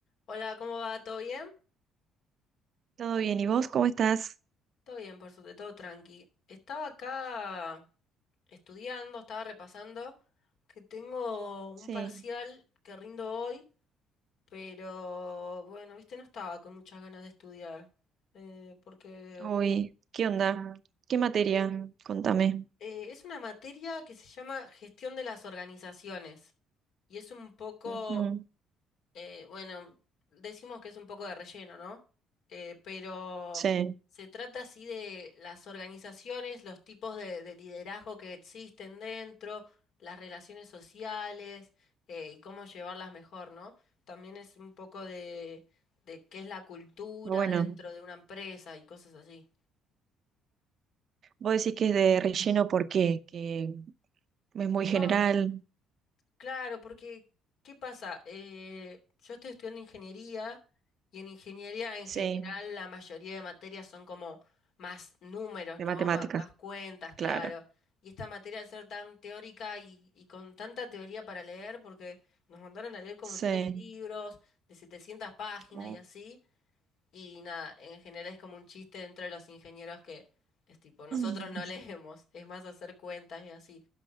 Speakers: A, on the left; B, on the right.
A: Hola, ¿cómo va? ¿Todo bien?
B: Todo bien, ¿y vos cómo estás?
A: Todo bien, por suerte, todo tranqui. Estaba acá estudiando, estaba repasando que tengo un
B: Sí,
A: parcial que rindo hoy, pero bueno, viste, no estaba con muchas ganas de estudiar, eh, porque
B: hoy, ¿qué onda? ¿Qué materia? Contame.
A: eh, es una materia que se llama gestión de las organizaciones y es un poco
B: Ujú,
A: Eh, bueno, decimos que es un poco de relleno, ¿no? Eh, pero
B: Sí,
A: se trata así de las organizaciones, los tipos de, de liderazgo que existen dentro, las relaciones sociales eh, y cómo llevarlas mejor, ¿no? También es un poco de, de qué es la cultura
B: bueno,
A: dentro de una empresa y cosas así.
B: vos decís que es de relleno, ¿por qué? Que es muy
A: No.
B: general,
A: Claro, porque ¿qué pasa? Eh, yo estoy estudiando ingeniería y en ingeniería en
B: sí,
A: general la mayoría de materias son como más números,
B: de
A: ¿no?
B: matemáticas,
A: Má- más cuentas, claro.
B: claro,
A: Y esta materia al ser tan teórica y, y con tanta teoría para leer, porque nos mandaron a leer como
B: sí.
A: tres libros de 700 páginas
B: Mm.
A: y así, y nada, en general es como un chiste dentro de los ingenieros que es tipo, nosotros
B: <laughs>
A: no <laughs> leemos, es más hacer cuentas y así.